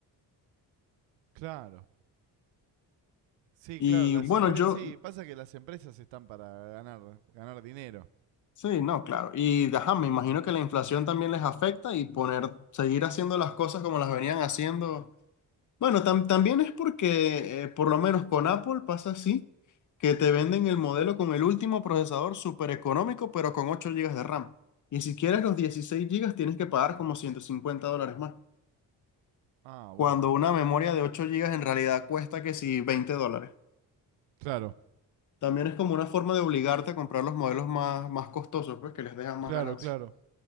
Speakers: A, on the right; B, on the left.
A: Claro. Sí,
B: Y
A: claro, las
B: Sí, bueno,
A: empresas,
B: claro.
A: sí,
B: yo,
A: pasa que las empresas están para ganar, ganar dinero.
B: sí, no, claro. Y ajá, me imagino que la inflación también les afecta y poner, seguir haciendo las cosas como las venían haciendo. Bueno, tam- también es porque, eh, por lo menos con Apple pasa así, que te venden el modelo con el último procesador súper económico, pero con 8 gigas de RAM. Y si quieres los 16 gigas tienes que pagar como 150 dólares más.
A: Ah,
B: cuando
A: bueno.
B: una memoria de 8 gigas en realidad cuesta que si 20 dólares.
A: Claro.
B: También es como una forma de obligarte a comprar los modelos más, más costosos, pues que les dejan más
A: Claro,
B: ganancia.
A: claro,